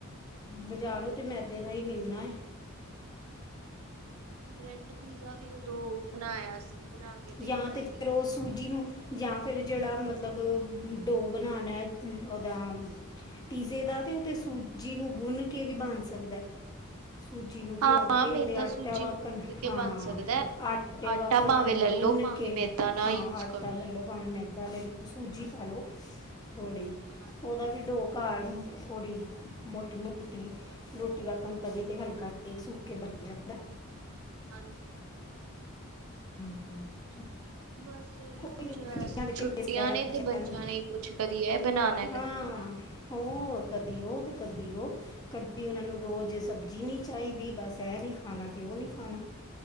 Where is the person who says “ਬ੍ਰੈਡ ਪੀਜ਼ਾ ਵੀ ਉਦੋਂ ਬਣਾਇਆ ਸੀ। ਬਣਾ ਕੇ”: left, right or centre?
Right